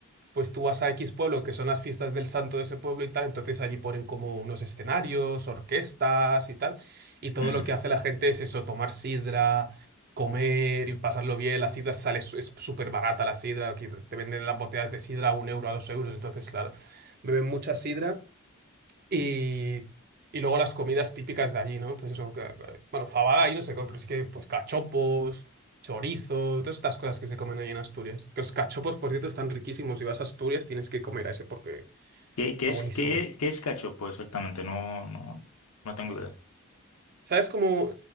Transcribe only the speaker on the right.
pues tú vas a X pueblo, que son las fiestas del santo de ese pueblo y tal, entonces allí ponen como unos escenarios, orquestas y tal, y todo
lo que hace la gente es eso, tomar sidra, comer y pasarlo bien, la sidra sale, su- es súper barata la sidra, aquí te te venden las botellas de sidra a un euro, a dos euros, entonces claro, beben mucha sidra y, y luego las comidas típicas de allí, ¿no? Pues eso, que- que- bueno, fabada ahí no se come, pero sí que pues cachopos, chorizo, todas estas cosas que se comen ahí en Asturias. Que los cachopos, por cierto, están riquísimos. Si vas a Asturias tienes que comer a ese porque
está
buenísimo.
¿Sabes cómo?